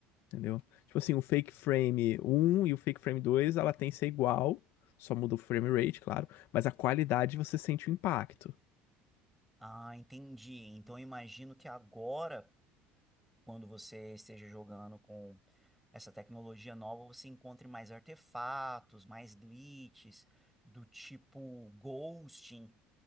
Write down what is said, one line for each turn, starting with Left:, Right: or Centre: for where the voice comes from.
Left: entendeu? Tipo assim, o Fake Frame um e o Fake Frame 2, a latência é igual, só muda o frame rate, claro, mas a qualidade você sente o impacto.
Centre: Ah, entendi. Então, eu imagino que agora, quando você esteja jogando com essa tecnologia nova, você encontre mais artefatos, mais glitches, do tipo ghosting